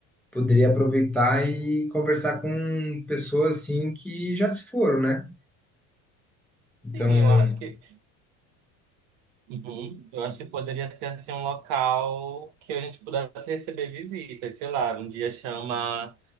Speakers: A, in the centre; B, on the right (about 70°).
A: Poderia aproveitar e conversar com pessoas assim que já se foram, né? Então,
B: Sim, eu acho que Uhum. Eu acho que poderia ser assim um local que a gente pudesse receber visitas, sei lá, um dia chama